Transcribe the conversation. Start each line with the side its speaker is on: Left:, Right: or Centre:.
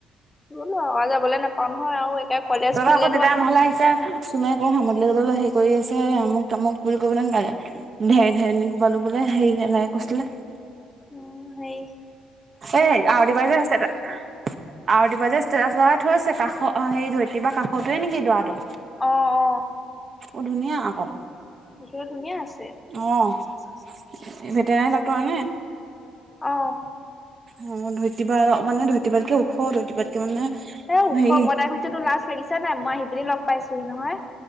Left: গলো আৰু যাবলৈ নাপাওঁ নহয়, আৰু একে কলেজ
Right: তহঁতৰ
Left: খুলিলেতো।
Right: আকৌ দেউতাই আমাৰ ঘৰলে আহিছে চুমে এনেই হাৰমতিলে যাব হেৰি কৰি আছে আমুক -তামুক বুলি কবনে ঢেৰ -ঢেৰনি কোবালো। বোলে হেৰি নেলাগে কৈছিলে।
Left: উ, সেই।
Right: এই আৰতি বায়ে যে ষ্টেটাছ। আৰতি বায়ে যে ষ্টেটাছ লগাই থৈছে, কাষৰ ধৰিত্ৰী একেবাৰে কাষটোৱে নেকি দৰাটো।
Left: অ অ
Right: অ' ধুনীয়া আকৌ।
Left: দেখিবলে ধুনীয়া আছে।
Right: অভ এই ভেটেনেৰী ডাক্টৰ নে।
Left: অ'
Right: অ ' ধৰিত্ৰী বা মানে ধৰিত্ৰী বা তকৈ ওখধৰিত্ৰী বাতকৈ। কি মানে।
Left: এ ওখ
Right: হেৰি
Left: মই তাইক সুধিছো তোৰ লাজ লাগিছে নাই মই আহি পিনি লগ পাইছোহি নহয়।